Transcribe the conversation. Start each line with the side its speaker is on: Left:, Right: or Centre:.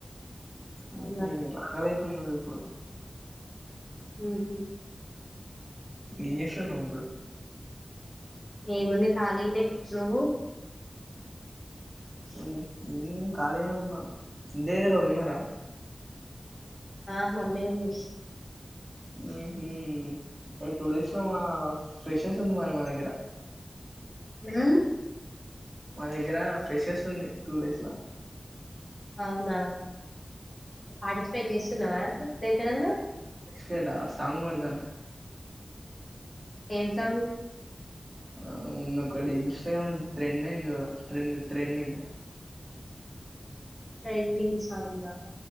Left: అవునా
Right: మ్ హ అక్కలైతు ప్పుడు
Left: మ్ హు
Right: ఏం చేస్తున్నావ్ ఇప్పుడు
Left: ఏముంది కాలినే నువ్వు
Right: మ్మ్ హ్మ్ ఖాళీగనే ఉన్నా ఇంటి దగ్గర ఏవలన్న ఉన్నారా
Left: ఆ మమ్మీ ఉంది
Right: హ్మ్ హ్ ఏ టూ డేస్ లో మా ఫ్రెషెస్ ఉంది మరి మా దగ్గర ఫేస్
Left: మ్
Right: <unintelligible> మా దగ్గర ఫ్రెషర్స్ ఉంది టూ డేస్లా
Left: అవునా పార్టిస్పేట్ చేస్తున్నావా దేంట్లనన్నా
Right: ఎక్సపెట్ హ సాంగ్ పాడుతన
Left: ఏం సాంగ్
Right: ఆ ఉంది ఒకటి ఇన్స్టాగ్రామ్ ట్రెండ్ అయింది చూడు ట్రెండ్ ట్రెండింగ్
Left: ట్రెన్నింగ్ సాంగా